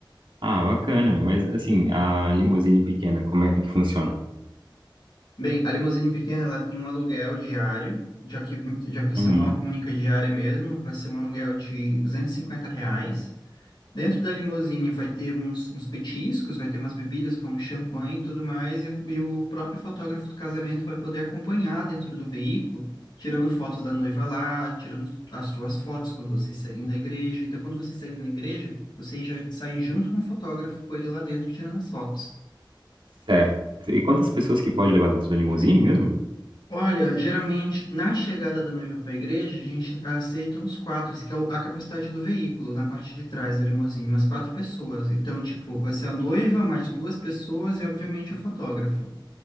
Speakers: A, on the right; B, on the left.
A: Ah, bacana. Mas assim, a limusine pequena, como é que funciona?
B: Bem, a limusine pequena, ela tem um aluguel diário. Já que, já que vai ser
A: Uhum,
B: uma única diária mesmo, vai ser um aluguel de R$ duzentos e cinquenta reais. Dentro da limusine vai ter uns, uns petiscos, vai ter umas bebidas como champanhe e tudo mais, e, o e o próprio fotógrafo do casamento vai poder acompanhar dentro do veículo, tirando fotos da noiva lá, tirando as suas fotos quando vocês saírem da igreja. Então, quando vocês saírem da igreja, vocês já saem junto com o fotógrafo, com ele lá dentro, tirando as fotos.
A: certo. E quantas pessoas que pode levar dentro da limusine mesmo?
B: Olha, geralmente na chegada da noiva para a igreja, a gente aceita uns quatro, assim, que é o- a capacidade do veículo, na parte de trás da limusine, umas quatro pessoas. Então, tipo, vai ser a noiva, mais duas pessoas e, obviamente, o fotógrafo.